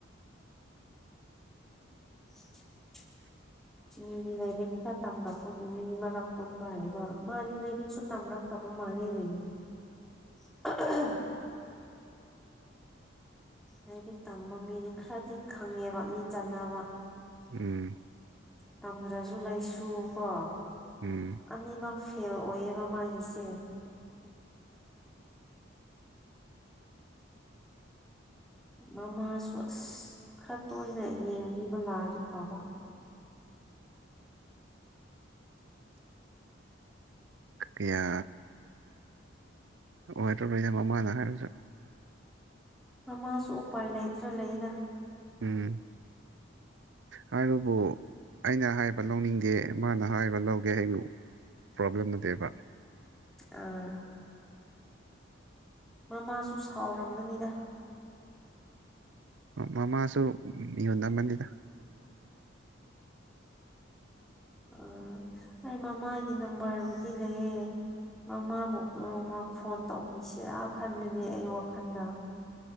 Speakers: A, in the centre; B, on the right (about 70°).
A: <unintelligible>
B: <inaudible>
A: ꯃꯤꯒꯤ ꯂꯥꯏꯔꯤꯛ ꯈꯔ ꯇꯝꯂꯛꯄꯒꯤ ꯃꯤ ꯃꯔꯛ ꯄꯨꯟꯕ ꯍꯥꯏꯕ ꯃꯥꯗꯤ ꯂꯥꯏꯔꯤꯛꯁꯨ ꯇꯝꯔꯛꯇꯕ ꯃꯥꯟꯅꯤꯅꯦ
B: <inaudible>
A: <unintelligible> ꯂꯥꯏꯔꯤꯛ ꯇꯝꯕ ꯃꯤꯗꯤ ꯈꯔꯗꯤ ꯈꯪꯉꯦꯕ ꯃꯤ ꯆꯥꯟꯅꯕ
B: ꯎꯝ
A: ꯇꯝꯗ꯭ꯔꯁꯨ ꯂꯩꯁꯨ ꯀꯣ
B: ꯎꯝ
A: ꯑꯅꯤꯃꯛ ꯐꯦꯜ ꯑꯣꯏꯌꯦꯕ ꯃꯥꯒꯤꯁꯦ ꯃꯃꯥꯁꯨ ꯑꯁ ꯈꯔ ꯇꯣꯏꯅ ꯌꯦꯡꯕꯤꯕ ꯂꯥꯛꯑꯗꯤ ꯐꯕ
B: ꯑꯌꯥ ꯑꯣꯏꯔꯣꯏꯌꯦ ꯃꯃꯥꯅ ꯍꯥꯏꯔꯁꯨ
A: ꯃꯃꯥꯁꯨ ꯎꯄꯥꯏ ꯂꯩꯇ꯭ꯔꯥ ꯂꯩꯗ
B: ꯎꯝ ꯍꯥꯏꯕꯕꯨ ꯑꯩꯅ ꯍꯥꯏꯕ ꯂꯧꯅꯤꯡꯗꯦ ꯃꯥꯅ ꯍꯥꯏꯕ ꯂꯧꯒꯦ ꯍꯥꯏꯌꯨ ꯄ꯭ꯔꯣꯕ꯭ꯂꯦꯝ ꯅꯠꯇꯦꯕ
A: ꯑꯥ ꯃꯃꯥꯁꯨ ꯁꯥꯎꯔꯝꯒꯅꯤꯗ
B: ꯃꯃꯥꯁꯨ ꯃꯤꯍꯨꯟ ꯑꯃꯅꯤꯗ
A: ꯑꯥ ꯑꯩ ꯃꯃꯥꯒꯤ ꯅꯝꯕꯔꯕꯨꯗꯤ ꯂꯩꯌꯦ ꯃꯃꯥꯕꯨ ꯅꯣꯡꯃ ꯐꯣꯟ ꯇꯧꯕꯤꯁꯤꯔꯥ ꯈꯟꯕꯅꯤ ꯑꯩ ꯋꯥꯈꯜꯗ